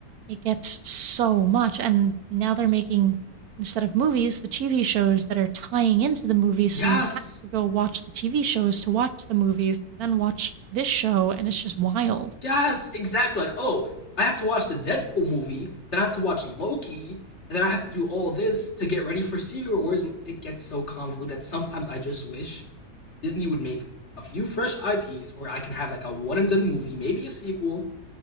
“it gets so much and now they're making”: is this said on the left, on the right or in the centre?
Right